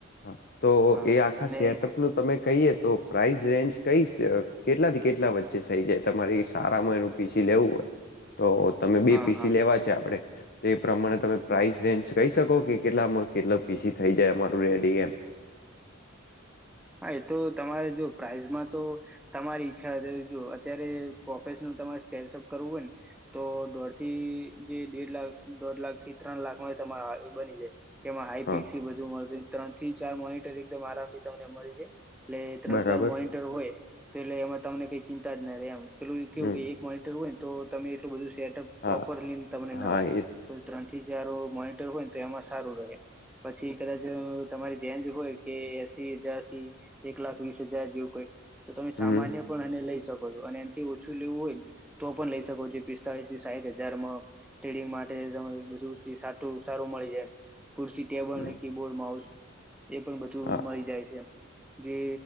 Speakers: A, on the left (about 45°); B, in the centre.
A: હા તો
B: હા
A: એ આખા
B: અને
A: સેટઅપનું તમે કહીએ તો પ્રાઇઝ રેન્જ કઈશ કેટલાથી કેટલા વચ્ચે થઈ જાય તમારે સારામાં એનું પી સી લેવું હોય. તો તમે બે
B: હા
A: પી
B: હા
A: સી લેવા છે આપડે. તે પ્રમાણે તમે પ્રાઇસ રેન્જ કહી શકો કે કેટલામાં કેટલો પી સી થઈ જાય અમારું રેડી એમ.
B: હા એ તો તમારે જો પ્રાઇઝમાં તો તમારી ઈચ્છા જે જો અત્યારે પ્રોફેશનલ તમારે સ્ટેટઅપ કરવું હોયને તો દોઢ થી જે દેઢ લાખ દોઢ લાખ થી ત્રણ લાખમાં તમારે બની જાય. જેમાં હાઈ
A: હા
B: પી સી બધું મળતું ત્રણ થી ચાર મોનીટર એકદમ આરામથી તમને મળી જાય. એટલે ત્રણ
A: બરાબર
B: ચાર મોનીટર હોય તો એટલે એમાં તમને કઈ ચિંતા જ ના રહેે એમ. પેલું એ કેવું
A: હમ
B: કે એક મોનીટર હોયને તો તમે એટલું બધું સેટઅપ
A: હા
B: પ્રોપરલી તમને
A: હા
B: ના હોય.
A: એ
B: પેલુ ત્રણ થી ચાર મોનિટર હોય ને તો એમાં સારું રહે. પછી કદાચ અહ તમારી રેન્જ હોય કે તીહ હજાર થી એક લાખ વીસ હજાર જેવું કઈ તો તમે
A: હમ
B: સામાન્ય પણ એને લઈ શકો છો અને એથી ઓછું લેવું હોય તો પણ લઈ શકો છો પિસ્તાલીસથી સાહીઠ હજારમાં ટ્રેડિંગ માટે તમેં ઈ બધું સાટુ સારું મળી જાય. કુરસી ટેબલ
A: હમ,
B: ને કીબોર્ડ માઉસ એ પણ બધું
A: હા
B: મળી જાય છે જે